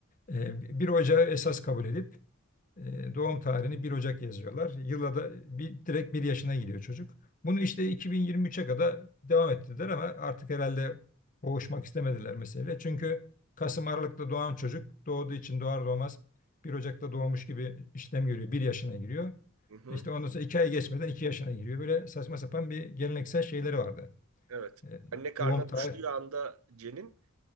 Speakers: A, on the left (about 40°); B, on the right (about 80°).
A: Ee, bir ocağı esas kabul edip E, doğum tarihini 1 Ocak yazıyorlar. Yıla da bir, direkt bir yaşına giriyor çocuk. Bunu işte 2023'e kadar devam ettirdiler ama artık herhalde boğuşmak istemediler meseleyle. Çünkü Kasım Aralık'ta doğan çocuk doğduğu için doğar doğmaz 1 Ocak'ta doğmuş gibi işlem görüyor. Bir yaşına giriyor.
B: Hı hı.
A: İşte ondan sonra 2 ay geçmeden 2 yaşına giriyor. Böyle saçma sapan bir geleneksel şeyleri vardı.
B: Evet.
A: E,
B: Anne karnına
A: doğum tarih
B: düştüğü anda Cen'in